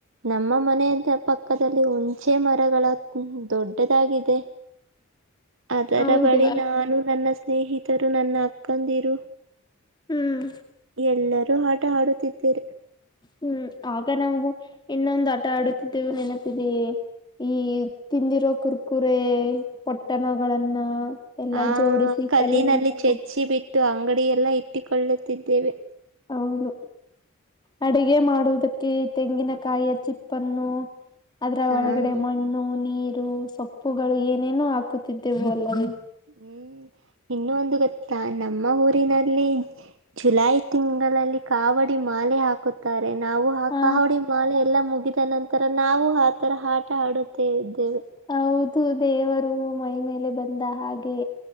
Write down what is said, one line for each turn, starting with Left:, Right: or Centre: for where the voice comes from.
Right: ನಮ್ಮ ಮನೆಯ ಪಕ್ಕದಲ್ಲಿ ಹುಂಚೆ ಮರಗಳ ದೊಡ್ಡದಾಗಿದೆ. ಅದರ
Left: ಹೌದೇ
Right: ಬಳಿ ನಾನು ನನ್ನ ಸ್ನೇಹಿತರು ನನ್ನ ಅಕ್ಕಂದಿರು.
Left: ಹ್ಮ್
Right: ಎಲ್ಲರೂ ಆಟ ಆಡುತ್ತಿದ್ದೀರಿ.
Left: ಹ್ಮ್ ಆಗ ನಾವು ಇನ್ನೊಂದು ಆಟ ಆಡುತ್ತಿದ್ದೆವು ನೆನಪಿದೆಯೇ. ಈ ತಿಂದಿರೋ ಕುರ್ಕುರೆ ಪೊಟ್ಟಣಗಳನ್ನ. ಎಲ್ಲಾ
Right: ಆ
Left: ಜೋಡಿಸಿ
Right: ಕಲ್ಲಿನಲ್ಲಿ
Left: ಕಲ್ಲಿಂದ
Right: ಚೆಚ್ಚಿ
Left: ಕು
Right: ಬಿಟ್ಟು ಅಂಗಡಿ ಎಲ್ಲ ಇಟ್ಟಿಕೊಳ್ಳುತ್ತಿದ್ದೇವೆ.
Left: ಹೌದು ಅಡಿಗೆ ಮಾಡುವುದಕ್ಕೆ. ಕೆ ತೆಂಗಿನಕಾಯಿಯ ಚಿಪ್ಪನ್ನು ಅದರ
Right: ಆ.
Left: ಒಳಗಡೆ ಮಣ್ಣು ನೀರ್ ರು ಸೊಪ್ಪುಗಳು ಏನೇನೋ ಹಾಕುತ್ತಿದ್ದೆವು ಅಲ್ಲವೇ.
Right: ಹ್ಮ್ ಇನ್ನು ಒಂದು ಗೊತ್ತಾ ನಮ್ಮ ಊರಿನಲ್ಲಿ ಜುಲೈ ತಿಂಗಳಲ್ಲಿ ಕಾವಡಿ ಮ ಮಾಲೆ ಹಾಕುತ್ತಾರೆ. ರೆ ನಾವು ಆ
Left: ಹಾ
Right: ಕಹಡಿ ಮಾಲೆ ಎಲ್ಲ ಮುಗಿದ ನಂತರ ನಾವು ಆತರ ಆಟ ಆಡುತ್ತೇ ಇದ್ದೆವು
Left: ಹೌದು ದೇವರು ಮೈ ಮೇಲೆ ಬಂದ ಹಾಗೆ.